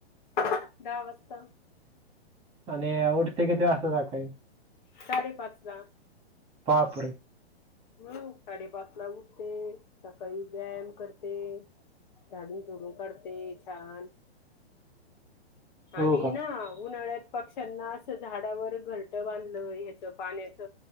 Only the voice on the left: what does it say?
दहा वाजता
साडेपाच वाजता.
हम्म साडेपाच ला उठते सकाळी व्यायाम करते. झाडुन लोटुन काडते छान
आम्ही
ना उन्हाळ्यात. पक्ष्यांना असं झाडावर घरट बांधलं ह्याच पाण्याच.